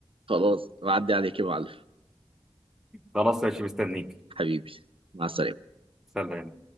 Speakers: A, on the right; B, in the centre.
A: خلاص بعدي عليك يا معلم
B: خلاص ماشي مستنيك
A: حبيبي مع السلامة
B: سلام